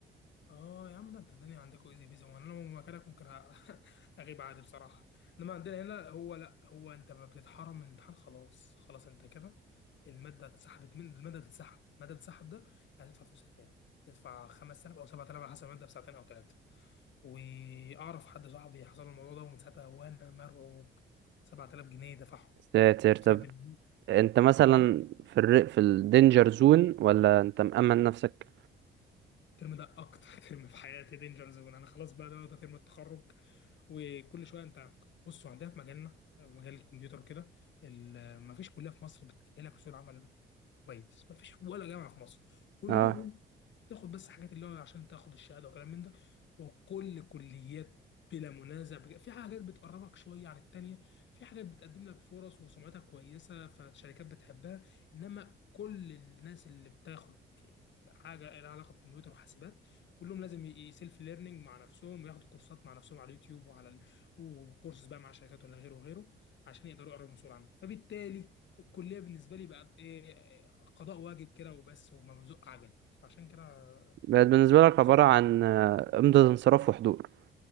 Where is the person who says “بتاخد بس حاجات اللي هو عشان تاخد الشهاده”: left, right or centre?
Left